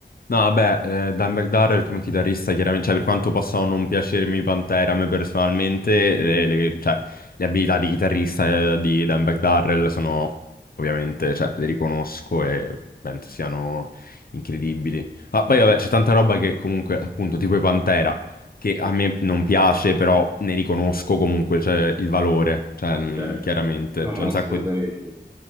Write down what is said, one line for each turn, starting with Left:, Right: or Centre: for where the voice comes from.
Left: No, vabbè, eh, Dan McDowell come chitarrista, chiaramente, cioè per quanto possano non piacermi i Pantera, a me personalmente, le, le- cioè, le abilità di chitarrista eh, di Dan McDowell sono ovviamente, cioè, le riconosco e penso siano incredibili. Ma poi, vabbè,
Right: Quindi,
Left: c'è tanta roba che comunque, appunto, tipo i Pantera, che a
Right: Sì.
Left: me non piace, però ne riconosco comunque, cioè, il valore, cioè, mh,
Right: Certo.
Left: chiaramente,
Right: No,
Left: c'è
Right: no,
Left: un
Right: assolutamente.
Left: sacco di...